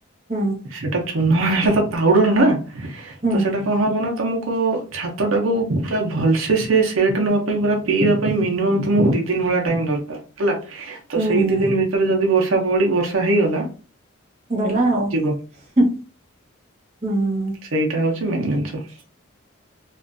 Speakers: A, on the right (about 30°); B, on the right (about 80°).
A: ହୁଁ
B: ସେଟା ଚୂନ ମାନେ ତ ପାଉଡର ନା
A: ହୁଁ
B: ତ ସେଇଟା କଣ ହବ ନା ତମକୁ ଛାତ ଟାକୁ ପୁରା ଭଲସେ ସେ ସେଟ ନବା ପୁରା ପିଇବା ପାଇଁ ମିନିମମ୍ ତମକୁ ଦି ଦିନ ଭଳିଆ ଟାଇମ ଦରକାର। ହେଲା ତ
A: ହୁଁ
B: ସେଇ ଦି ଦିନ ଭିତରେ ଯଦି ବର୍ଷା ପଡି ବର୍ଷା ହେଇଗଲା।
A: ଗଲା ଆଉ।
B: ଯିବ।
A: ହୁଁ, ହୁଁ।
B: ସେଇଟା ହଉଛି ମେନ୍ ଜିନିଷ।